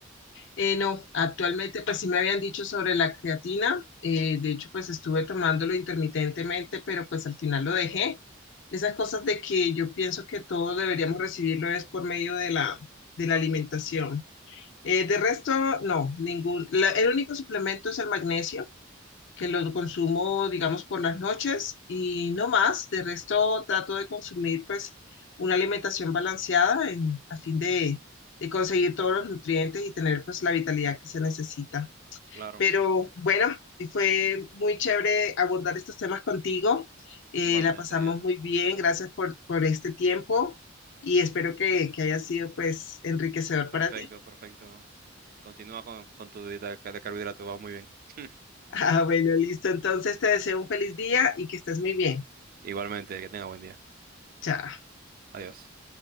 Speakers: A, on the left; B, on the right.
A: Eh, no, actualmente pues sí me habían dicho sobre la creatina. Eh, de hecho, pues estuve tomándolo intermitentemente, pero pues al final lo dejé. Esas cosas de que yo pienso que todos deberíamos recibirlo es por medio de la, de la alimentación. Eh, de resto, no, ningún. la- el único suplemento es el magnesio, que lo consumo, digamos, por las noches y no más. De resto, trato de consumir, pues, una alimentación balanceada en- a fin de, de conseguir todos los nutrientes y tener, pues, la vitalidad que se necesita.
B: Claro,
A: Pero bueno, fue muy chévere abordar estos temas contigo. Eh,
B: igualmente,
A: la pasamos
B: Diana.
A: muy bien. Gracias por, por este tiempo y espero que, que haya sido, pues, enriquecedor
B: Perfecto,
A: para ti.
B: perfecto. Continúa con, con tu dieta de carbohidratos, vas muy bien. <laughs>
A: Ah, bueno, listo. Entonces te deseo un feliz día y que estés muy bien.
B: Igualmente, que tenga buen día.
A: Chao.
B: Adiós.